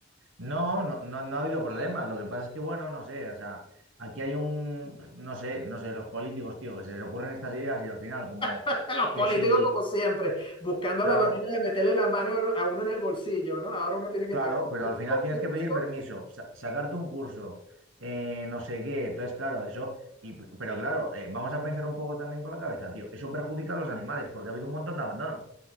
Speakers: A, on the right; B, on the left.
A: No, no, no, no ha habido problemas. Lo que pasa es que, bueno, no sé, o sea, aquí hay un, no sé, no sé, los políticos, tío, que se les ocurren estas ideas y al final, como
B: <laughs> Los
A: que
B: políticos,
A: si,
B: como siempre, buscando
A: claro,
B: la manera de meterle la mano a uno en el bolsillo, ¿no? Ahora uno tiene que
A: claro,
B: pagar
A: pero
B: seguro,
A: al final tienes
B: curso.
A: que pedir permiso, sa- sacarte un curso, eh, no sé qué. Entonces, claro, eso, y, pero claro, eh, vamos a pensar un poco también con la cabeza, tío. Eso perjudica a los animales porque ha habido un montón de abandonos.